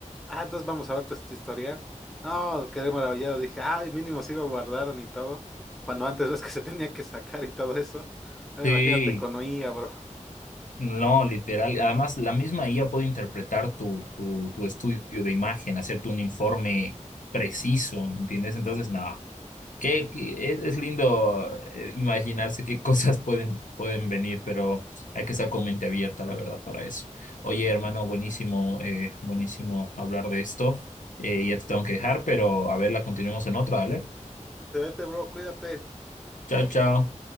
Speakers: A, in the centre; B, on the left (about 80°).
A: ah, entonces vamos a ver tu, tu historial. No, quedé maravillado. Dije, ah, mínimo sí lo guardaron y todo. Cuando antes ves que se tenía que sacar y todo eso. Ahora
B: sí,
A: imagínate con oía, bro.
B: no, literal. Además, la misma IA puede interpretar tu, tu, tu estudio de imagen, hacerte un informe preciso, ¿entiendes? Entonces, nada, que, que es es lindo eh, imaginarse qué cosas pueden, pueden venir, pero hay que estar con mente abierta, la verdad, para eso. Oye, hermano, buenísimo, eh, buenísimo hablar de esto. Eh, ya te tengo que dejar, pero a ver, la continuemos en otra, ¿vale?
A: Te vete, bro, cuídate.
B: Chao, chao.